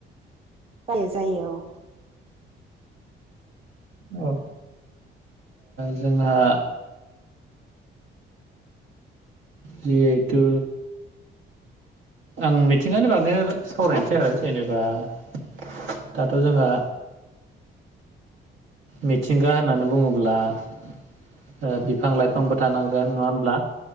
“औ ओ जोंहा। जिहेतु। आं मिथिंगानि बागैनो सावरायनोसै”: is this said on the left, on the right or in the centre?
Right